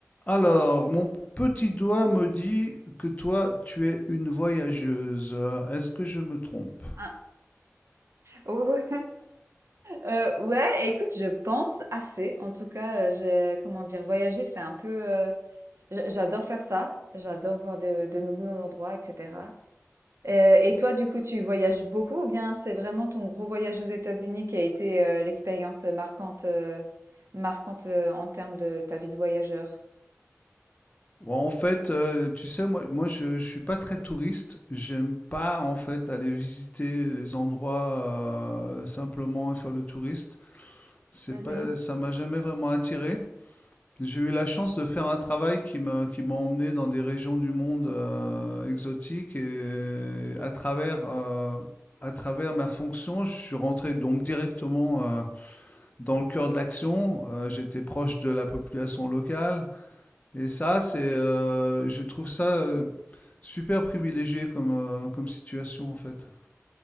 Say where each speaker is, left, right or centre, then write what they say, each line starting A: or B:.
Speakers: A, on the left; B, on the right.
A: Alors, mon petit doigt me dit que toi, tu es une voyageuse. Euh, Est-ce que je me trompe?
B: Ah, oh, heu, ouais, écoute, je pense assez. En tout cas, heu, j'ai comment dire? Voyager, c'est un peu, heu, j'a j'adore faire ça. J'adore voir de de nouveaux endroits, et cetera. Heu, et toi, du coup, tu voyages beaucoup ou bien c'est vraiment ton gros voyage aux États-Unis qui a été, heu, l'expérience, marquante, heu, marquante, heu, en termes de ta vie de voyageur?
A: Ouais, en fait, euh, tu sais, moi, moi je, je suis pas très touriste. J'aime pas, en fait, aller visiter les endroits euh, simplement et faire le touriste. C'est
B: Mmh
A: pas, ça m'a jamais vraiment attiré. J'ai eu la chance de faire un travail qui m'a qui m'a emmené dans des régions du monde euh, exotiques et à travers euh, à travers ma fonction, je suis rentré donc directement euh, dans le cœur de l'action. Euh, J'étais proche de la population locale et ça, c'est euh, je trouve ça euh, super privilégié comme euh, comme situation en fait.